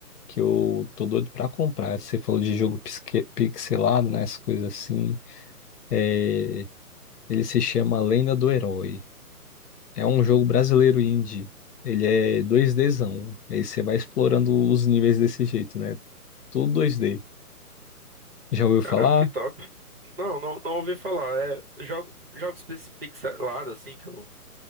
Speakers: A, on the left (about 80°); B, on the right (about 40°).
A: que eu tô doido pra comprar. Você falou de jogo pisque- pixelado, né? Essas coisas assim. É, ele se chama Lenda do Herói. É um
B: Hum,
A: jogo brasileiro indie. Ele é 2Dzão. Aí você vai explorando os níveis desse jeito, né? Tudo 2D. Já ouviu falar?
B: Caramba, que top. Não, não, não ouvi falar. É, jogo, jogos pix- pixelados, assim, que eu